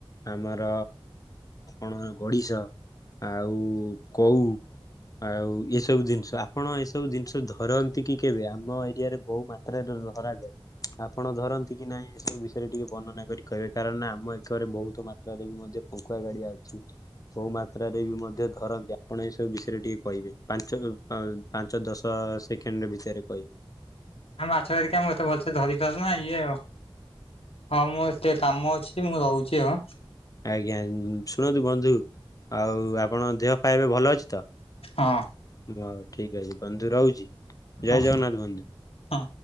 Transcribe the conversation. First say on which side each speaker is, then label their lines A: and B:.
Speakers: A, on the left (about 35°); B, on the left (about 85°).
A: ଆମର କଣ ଗଡିଶ ଆଉ କଉ ଆଉ ଏସବୁ ଜିନିଷ ଆପଣ ଏ ସବୁ ଜିନିଷ ଧରନ୍ତି କି କେବେ? ଆମ ଏରିଆରେ ବହୁ ମାତ୍ରାରେ ଧରାଯାଏ। ଆପଣ ଧରନ୍ତି କି ନାଇଁ ଏସବୁ ବିଷୟରେ ଟିକେ ବର୍ଣନା କରି କହିବେ। କାରଣ ନା ଆମ ଏକରେ ବହୁତ ମାତ୍ରାରେ ବି ମଧ୍ୟ ପଙ୍କୁୁଆ ଗାଡିଆ ଅଛି। ବୋହୁ ମାତ୍ରାରେ ବି ମଧ୍ୟ ଧରନ୍ତି। ଆପଣ ଏ ସ ବୁ ବିଷୟରେ ଟିକେ କହିବେ। ପାଞ୍ଚ ଅ, ପାଞ୍ଚ ଦଶ ସେକେଣ୍ଡ ଭିତରେ କହିବେ।
B: ଆ, ମାଛ ଧରିକି ଆ ମୁଁ ଏତେ ଭଲସେ ଧରି ପାରୁନା। ଇଏ ହଁ ମୁଁ ସେ କାମ ଅଛି ମୁଁ ରହୁଚି ଆଉ।
A: ଆଜ୍ଞା ଶୁଣନ୍ତୁ ବନ୍ଧୁ ଆଉ ଆପଣ ଦେହ ପା ଏବେ ଭଲ ଅଛି ତ?
B: ହଁ
A: ହଁ ଠିକ ଅଛି ବନ୍ଧୁ ରହୁଚି। ଜୟ
B: ହଁ
A: ଜଗନ୍ନାଥ ବନ୍ଧୁ। <inaudible>
B: ହଁ।